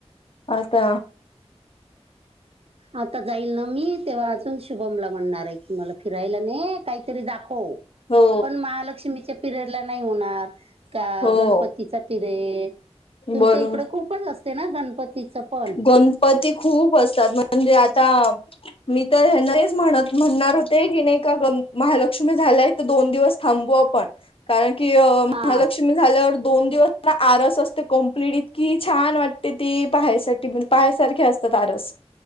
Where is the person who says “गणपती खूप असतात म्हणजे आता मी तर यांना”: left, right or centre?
Left